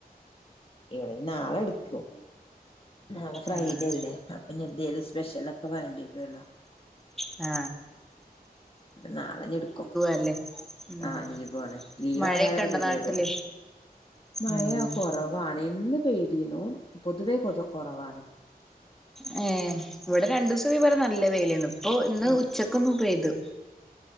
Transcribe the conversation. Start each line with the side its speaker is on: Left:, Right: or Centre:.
Left: ഇവിടെ നാളെ എടുക്കും നാളെ ഫ്രൈഡേ
Centre: ആഹ്
Left: അല്ലേ അപ്പൊ ഇനി എന്തേലും സ്പെഷ്യല് ഒക്കെ വേണ്ടി വരുവല്ലോ
Centre: ആ
Left: നാളെ ഇനി എടുക്കും
Centre: അല്ലേ ഉം
Left: അ ലീവുണ് ലീവ്
Centre: മഴയൊക്കെ
Left: ആയാലാ
Centre: ഇണ്ടോ
Left: കേധേഡ്
Centre: നാട്ടില്
Left: മയ
Centre: ഉം
Left: കുറവാണ് ഇന്ന് പെയ്തീനു പൊതുവേ കോ കൊറവാണ്
Centre: ഹെ ഇവിടെ രണ്ടു ദിവസംഅത് പോലെ നല്ല വെയിലേന്നു പ്പോ ഇന്ന്
Left: ഏ
Centre: ഉച്ചക്ക് ഒന്ന് പെയ്തു